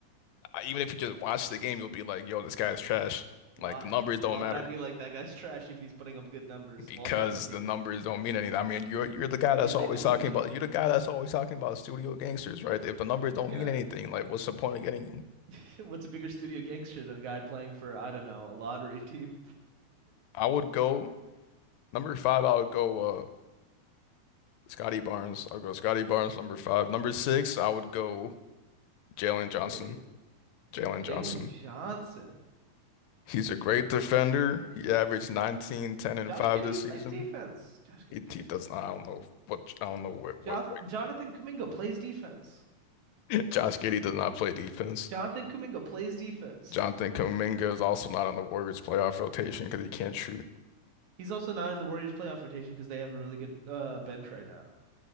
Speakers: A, on the left; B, on the right.
A: even if you just watch the game, you'll be like, yo, this guy is trash.
B: Why?
A: Like the numbers don't
B: Why would
A: matter.
B: I be like that guy's trash if he's putting up good numbers
A: because
B: whilst I'm looking?
A: the numbers don't mean anything. I mean, you're you're the guy
B: What do
A: that's
B: you mean they
A: always
B: don't
A: talking
B: mean anything?
A: about you're the guy that's always talking about studio gangsters, right? If the numbers don't
B: Yeah.
A: mean anything, like what's the point of getting them?
B: <laughs> What's a bigger studio gangster than a guy playing for, I don't know, a lottery team?
A: I would go number five. I would go uh Scotty Barnes. I'll go Scotty Barnes number five. Number six, I would go Jalen
B: <laughs> Josh
A: Johnson.
B: Giddey.
A: Jalen
B: Jalen
A: Johnson.
B: Johnson.
A: He's a great defender. He averaged 19 10 and
B: Josh
A: five
B: Giddey
A: this season.
B: plays defense. Josh Giddey
A: He,
B: plays.
A: he does not. I don't know what I don't know what what,
B: Jo
A: what.
B: Jonathan Kuminga plays defense.
A: Josh Giddey does not play defense.
B: Jonathan Kuminga plays defense.
A: Jonathan Kuminga is also not on the Warriors playoff rotation because he can't shoot.
B: He's also not in the Warriors playoff rotation because they have a really good uh, bench right now.